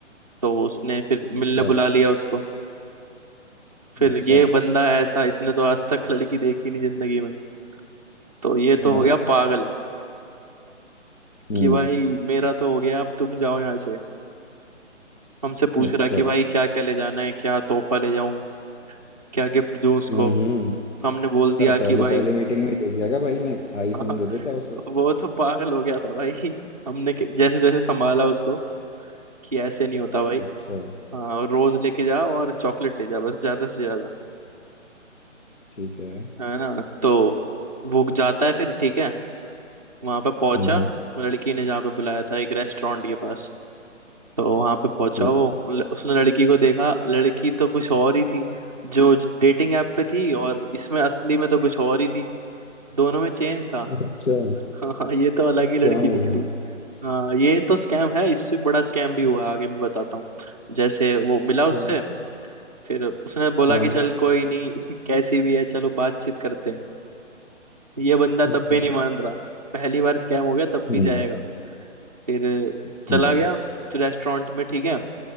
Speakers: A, on the right (about 30°); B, on the left (about 70°).
A: तो उसने फिर
B: अच्छा
A: मिलने बुला लिया उसको फिर
B: अच्छा
A: ये बंदा ऐसा इसने तो आज तक लड़की देखी नहीं जिंदगी में तो ये तो हो
B: अरे
A: गया पागल
B: हम्म
A: कि भाई मेरा तो हो गया अब तुम जाओ यहाँ से हमसे पूछ
B: अच्छा
A: रहा कि भाई क्या क्या ले जाना है क्या तोहफा ले जाऊं क्या गिफ्ट दूं उसको
B: हम्म हम्म।
A: तो हमने
B: अच्छा
A: बोल दिया
B: पहले
A: कि भाई
B: पहले मीटिंग में ही दे दिया क्या भाई ने आईफोन
A: <laughs>
B: दे देता उसे
A: वो तो पागल हो गया था भाई हमने के- जैसे तैसे संभाला उसको कि ऐसे नहीं होता भाई
B: अच्छा
A: हाँ रोज लेके जा और चॉकलेट ले जा बस ज्यादा से ज्यादा
B: ठीक है
A: है ना तो वो जाता है फिर ठीक है वहां पे पहुंचा
B: हम्म हम्म,
A: लड़की ने जहाँ पे बुलाया था एक रेस्टोरेंट के पास तो वहां पे पहुंचा
B: ठीक
A: वो
B: है
A: ल- उसने लड़की को देखा लड़की तो कुछ और ही थी जो डेटिंग ऐप पे थी और इसमें असली में तो कुछ और ही थी दोनों में चेंज था <laughs>
B: अच्छा
A: हाँ ये तो अलग ही
B: स्कैम
A: लड़की
B: हो
A: निकली
B: गया
A: हाँ ये तो स्कैम है इससे बड़ा स्कैम भी हुआ है, आगे मैं बताता हूँ जैसे वो मिला उससे
B: हाँ
A: फिर उसने बोला
B: हाँ
A: कि चल कोई नहीं <laughs> कैसी भी है चलो बातचीत करते हैं ये बंदा
B: ठीक
A: तब भी
B: है
A: नहीं मान रहा पहली बार स्कैम हो गया तब भी
B: हम्म
A: जाएगा फिर चला
B: हम्म
A: गया रेस्टोरेंट में ठीक है